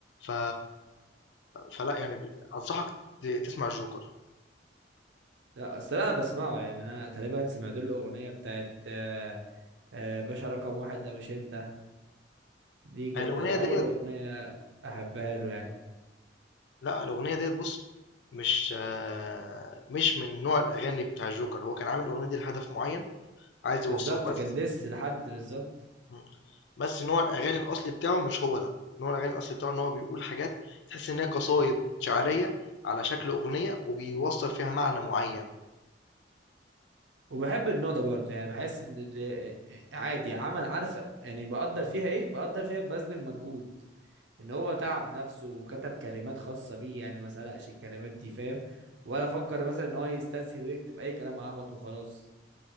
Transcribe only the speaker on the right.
لا اصل انا بسمعه يعني انا تقريبا سمعت له الاغنيه بتاعت آه، آه، باشا رقم واحد ده مش انت دي كنت
اول
اغنيه احبها له يعني
بالظبط
كان ديس لحد بالظبط
وبحب النوع ده برضه يعني بحس ان اللي آه، عادي عمل عارفه يعني بقدر فيها ايه بقدر فيها ببذل مجهود ان هو تعب نفسه وكتب كلمات خاصة بيه يعني ما سرقش الكلمات دي فاهم ولا فكر مثلا ان هو يستسهل ويكتب اي كلام عبط وخلاص